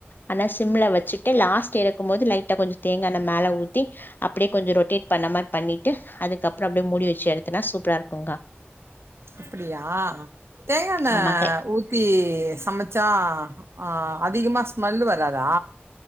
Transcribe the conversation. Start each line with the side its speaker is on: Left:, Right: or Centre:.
Left: ஆனா சிம்ல வச்சிட் ட்டு லாஸ்ட் எரக் ஒம் போது லைட்டா கொஞ்சோ தேங்கா எண்ண மேல ஊ தி அப்டியே கொஞ்சோ ரொட்டேட் பண்ண மாரி பண்ணிட்டு அதுக்கப்றோ அப்டியே மூடி வச்சு எடுத் தின்னா சூப்ரா இருக்குங்க்கா
Right: அப்டியா தேங்கா எண்ண
Left: ஆமாங்க
Right: ஊத்தி சமச்சா ஆஹ் அதிகமா ஸ்மெல் வராதா